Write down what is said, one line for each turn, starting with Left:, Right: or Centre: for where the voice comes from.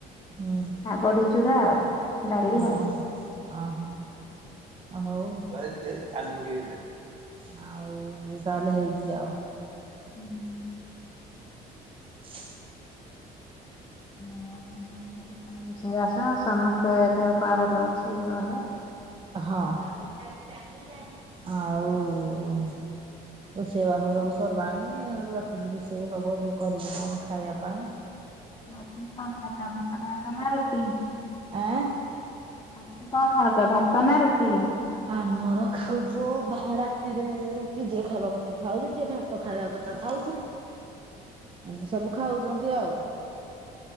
Right: ହଁ।
Left: ଆ ବଡ଼ିଚୁରା ଆଉ। ଡାଲି
Right: ହଁ,
Left: ଆଉ।
Right: ଅହ, ହଁ ହଉ ଦେ ଚାବି ପକେଇବି ଦେ। ଆଉ ଏମ ବି ତାହେଲେ ହେଇଛି ଆଉ।
Left: ହୁଁ।
Right: <inaudible>
Left: ଅ ହ ହଁ ରୋଷେଇ ବାସ ସମସ୍ତେ ଦେହ ପା ଭଲ ଅଛି ଘରେ।
Right: ହଁ, ଆଉ ରୋଷେଇ ବାସ ସବୁ ସରିଲାଣି, ଏ ରାତିକି ରୋଷେଇ ହବ ଯୋଉ କରିବୁ କଣ ଖାଇବା ପାଇଁ। ହ।
Left: ରାତି କି କଣ ଖାଉଛ, ଭାତ ଖାଉଛ ନା ରୁଟି?
Right: ଆଁ।
Left: ରାତିରେ କଣ ଖାଉଛ ଭାତ ନା ରୁଟି?
Right: ଆମର ଖାଉଛୁ ଭା ରାତିରେ ରୁଟି ଯିଏ ଖାଇବା କଥା ଖାଉଛି, ଯିଏ ଭା ତ ଖାଇବା କଥା ଖାଉଛି, ଏମିତି ସବୁ ଖାଉଛନ୍ତି ଆଉ।